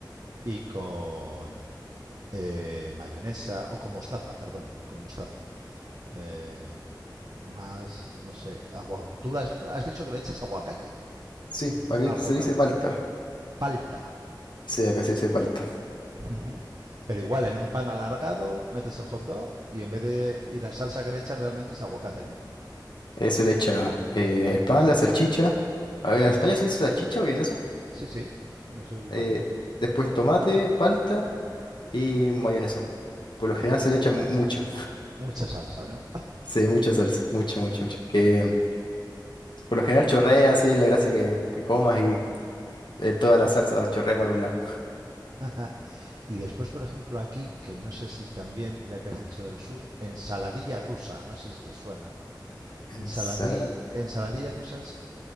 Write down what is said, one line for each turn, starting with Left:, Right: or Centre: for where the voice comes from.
Right: y con eh, mayonesa, o con mostaza, perdón, con mostaza. Eh, más, no sé, agua... Tú has, has dicho que le echas aguacate
Left: Sí, aquí
Right: al
Left: se
Right: fondo.
Left: dice palta.
Right: Palta.
Left: Sí, acá se dice palta.
Right: Ujú. Pero igual, en un pan alargado metes el hot dog y en vez de. Y la salsa que le echas realmente es aguacate, ¿no?
Left: Eh, se le echa eh, el pan, la salchicha. A ver, ¿En España se le dice salchicha o vienesa?
Right: Sí, sí, eso igual.
Left: Eh, después tomate, palta y mayonesa. Por lo
Right: Ah,
Left: general se le echa mu- mucha.
Right: mucha salsa, ¿no?
Left: Sí, mucha salsa. Mucha, mucha, mucha. Que mm, por lo general chorrea, sí, es la gracia que, que comas y eh, toda la salsa chorrea para un lado.
Right: <laughs> Y después, por ejemplo, aquí, que no sé si también, ya que has dicho del sur, ensaladilla rusa, no sé si te suena. Ensaladi-
Left: <laughs> Ensalada,
Right: ensaladilla rusa es,